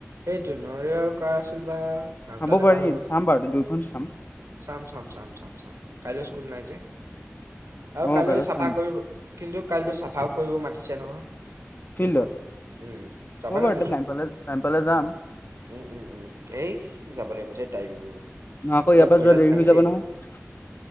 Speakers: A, on the right; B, on the left.
A: সেইটোৱে নৰৱে আৰু কাৰ আছিল বা? নামডালে
B: চাব পাৰি,
A: পাহৰি গলো
B: চাম বাৰু দুইখন চাম',
A: চাম- চাম- চাম -চাম -চাম, কাইলৈ স্কুল নাই যে', আৰু
B: অ
A: কাইলৈ চাফা
B: চাম
A: কৰিব, কিন্তু কাইলৈ চাফাও কৰিব মাতিছে নহয়?
B: ফিল্ডত
A: ফিল্ডখন, উম', যাবা
B: হ'ব বাৰু
A: নে নোযোৱা?
B: টাইম পালে টাইম পালে যাম',
A: উম', - উম', - উম', এই যাব লাগিব এতিয়া তাইও',
B: ন আকৌ
A: নহ'লে
B: ইয়াৰ পৰা
A: ভৰিডাল
B: যোৱা দেৰি
A: ভাঙি
B: হৈ যাব
A: থাকিব
B: নহয়?